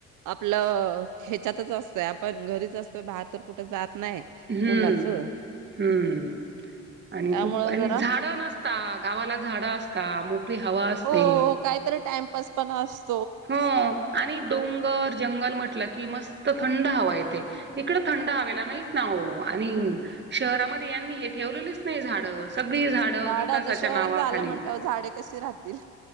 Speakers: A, on the right; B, on the right.
A: आपलं ह्याच्यातच असतय आपण घरीच असतोय बाहेर तर कुठ जात नाही
B: हम्म,
A: उन्हाचं
B: हम्म, आणि
A: त्यामुळं
B: खूप आणि
A: जरा
B: झाड न गावाला झाड असता हवा असते.
A: हो काहीतरी टाइमपास पण असत
B: हो आणि डोंगर जंगल म्हटलं की मस्त थंड हवाय इकड थंड हवेला नाहीत ना आणि शहरामध्ये यांनी हे ठेवलेलीच नाही झाड. सगळी झाडं
A: झाड
B: विकासाच्या
A: आता शहर
B: नावाखाली,
A: झालं म्हंटल्यावर झाडे कशी राहतील